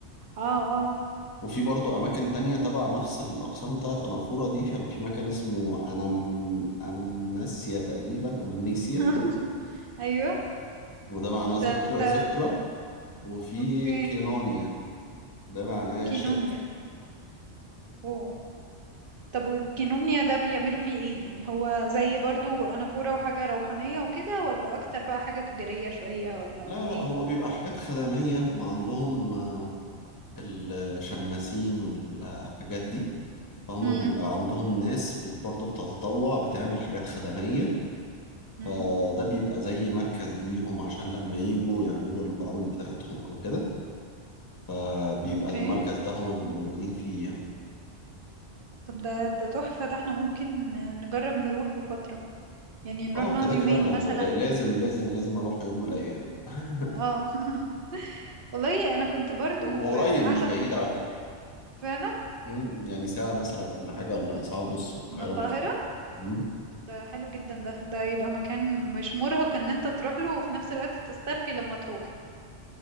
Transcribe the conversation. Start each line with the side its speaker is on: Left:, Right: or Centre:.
Right: اه اه
Left: وفي برضه أماكن تانية تبع نفس الأقسام بتاعت أنافورا دي كان في مكان اسمه أنم أنمناسيا تقريبا أنمنيسيا
Right: <laughs> أيوه
Left: وده معناه ذكرى
Right: ده ده
Left: ذكرى وفي
Right: اوكي
Left: كينونيا ده معناه
Right: كينونيا
Left: شركة
Right: اوه طب والكينونيا ده بيعملوا فيه ايه يعني هو زي برضو أنافورة وحاجة روحانية وكده ولا أكتر بقى حاجة تجارية شوية ولا
Left: لا
Right: ايه
Left: لا هو بيبقى حاجات خدمية هم عندهم آه، الشماسين والحاجات دي فهم
Right: امم
Left: بيبقى عندهم ناس بت- برضه بتتطوع بتعمل حاجات خدمية
Right: امم
Left: فده بيبقى زي مركز ليهم عشان لما يجوا يعملوا البرامج بتاعتهم أو كده فبيبقى
Right: اوكي
Left: ده المركز ده هم بيبقوا موجودين فيه يعني
Right: طب ده ده تحفة ده احنا ممكن نجرب نروحه فترة يعني نروح
Left: اه
Right: نقعد
Left: كده
Right: يومين
Left: كده أنا
Right: مثلا
Left: ل- لازم لازم لازم أروح يوم من الأيام <laughs>
Right: اه <laughs> والله انا كنت برضو
Left: وقريب
Right: قاعده
Left: مش بعيد على فكرة
Right: فعلا
Left: مم، يعني ساعة مثلا ولا حاجة ولا ساعة ونص من القاهرة
Right: من القاهره
Left: بالكتير مم،
Right: ده حلو جدا ده ده يبقى مكان مش مرهق ان انت تروح له وفي نفس الوقت تسترخي لما تروح